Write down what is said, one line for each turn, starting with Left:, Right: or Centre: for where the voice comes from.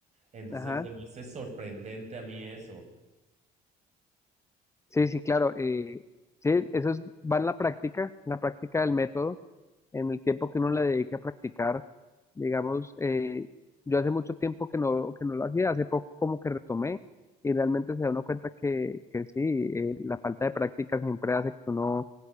Right: Entonces,
Left: Ajá.
Right: se me hace sorprendente a mí eso.
Left: Sí, sí, claro. eh, sí, eso es- va en la práctica, en la práctica del método, en el tiempo que uno le dedique a practicar. Digamos, eh, yo hace mucho tiempo que no, que no lo hacía, hace poco como que retomé y realmente se da uno cuenta que, que sí, eh, la falta de práctica siempre hace que uno